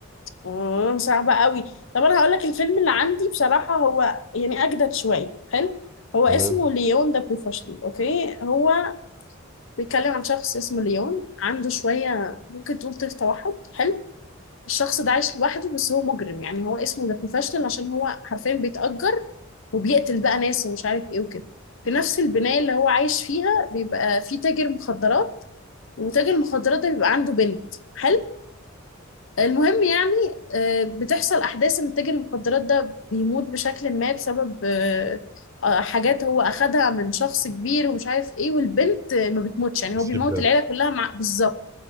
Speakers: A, on the left; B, on the right.
A: اه صعب قوي طب انا هقول لك الفيلم اللي عندي بصراحه هو يعني اجدد شويه حلو هو
B: <laughs> قليل
A: اسمه ليون ده بروفيشنال اوكي هو بيتكلم عن شخص اسمه ليون عنده شويه ممكن تقول طيف توحد حلو الشخص ده عايش لوحده بس هو مجرم يعني هو اسمه ذا بروفيشنال عشان هو حرفيا بيتأجر وبيقتل بقى ناس ومش عارف ايه وكده في نفس البناية اللي هو عايش فيها بيبقى في تاجر مخدرات وتاجر المخدرات ده بيبقى عنده بنت حلو المهم يعني آه، بتحصل أحداث إن تاجر المخدرات ده بيموت بشكل ما بسبب آه، آه، حاجات هو أخدها من شخص كبير ومش عارف ايه والبنت آه، ما بتموتش يعني هو
B: يسيب
A: بيموت
B: بنت.
A: العيلة كلها مع بالظبط